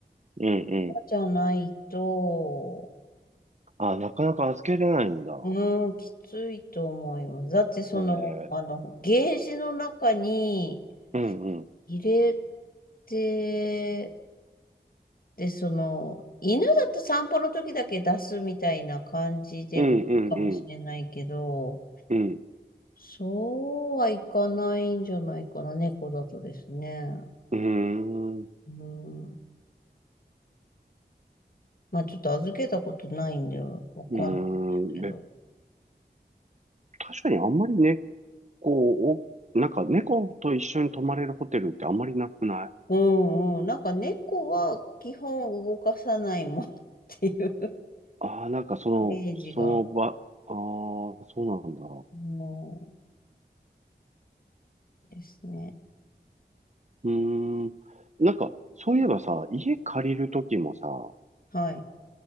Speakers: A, on the right (about 40°); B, on the left (about 55°).
A: うんうん。
B: じゃないと、
A: あ、なかなか預けれないんだ。
B: うーん、きついと思います。だってその、
A: え
B: あの、
A: え。
B: ゲージの中に
A: うんうん。
B: 入れて、で、その、犬だと散歩の時だけ出すみたいな感じでもいいかもしれないけど、
A: うんうんうん。うん。
B: そうはいかないんじゃないかな、猫だとですね。
A: うーん。う
B: うん。まあちょっと預けたことないんで、わかんないですけど。
A: ーん。で、確かにあんまり猫を、なんか猫と一緒に泊まれるホテルってあんまりなくない
B: うんうん。なんか猫は基本動かさないもんっていう
A: ああー、なんかその、
B: イメージが、
A: その場、ああ、そうなんだ。
B: もうですね。
A: うーん。なんか、そういえばさ、家借りるときもさ、
B: はい。